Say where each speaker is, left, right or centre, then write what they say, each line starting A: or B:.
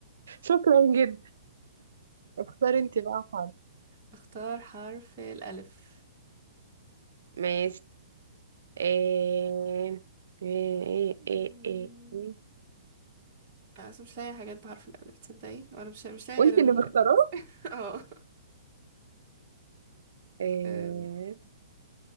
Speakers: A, on the right (about 80°); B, on the right (about 25°).
A: شكرا جدا اختار انت بقى حاجة
B: اختار حرف الالف
A: ماشي إيه إيه
B: مم،
A: إيه إيه إيه
B: أنا أصلا مش لاقي حاجات بحرف الألف تصدقي وأنا مش مش لاقي
A: وانت
B: غير ال
A: اللي مختاراه
B: ال- <laughs> اه
A: إيه
B: أم،